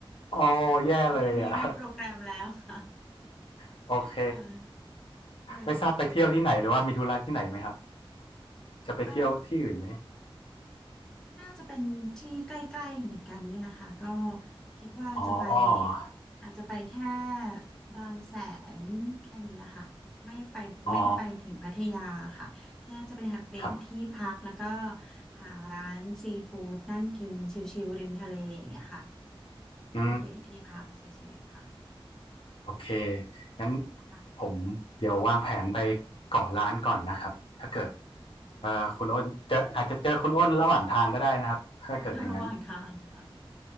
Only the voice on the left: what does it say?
โอ้แย่เลยอ่ะ
<laughs> โอเค
ไม่ทราบไปเที่ยวที่ไหนหรือว่ามีธุระที่ไหนไหมครับจะไปเที่ยวที่อื่นไหม
อ๋อ
อ๋อครับ
อืมโอเคงั้น
ผมเดี๋ยววางแผนไปเกาะล้านก่อนนะครับถ้าเกิดเอ่อคุณอ้นเจออาจจะเจอคุณอ้นระหว่างทางก็ได้นะครับถ้าเกิดอย่างนั้น